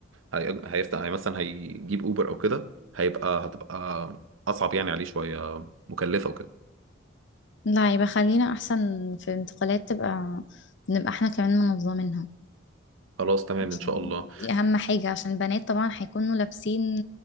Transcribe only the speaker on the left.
لا يبقى خلينا احسن في انتقالات تبقى نبقى احنا كمان منظمينها
عشان
دي اهم حاجة عشان البنات طبعا هيكونوا لابسين